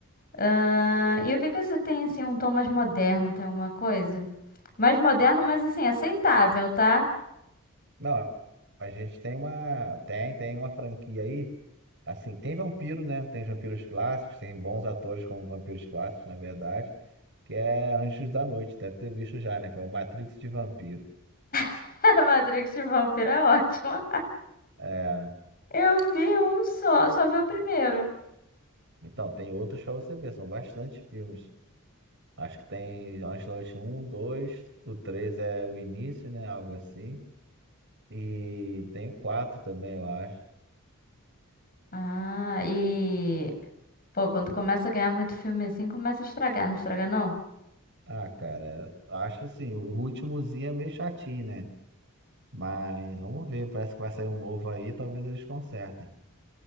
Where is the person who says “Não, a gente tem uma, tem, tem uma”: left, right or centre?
Right